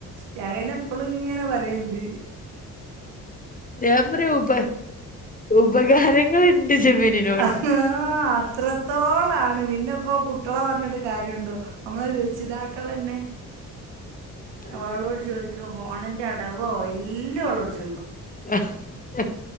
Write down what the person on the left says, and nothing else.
ഞാൻ പറഉപ ഉപകാരങ്ങള്ണ്ട് ജെമീനി
അതന്നെ
ഹഹ്ഹ്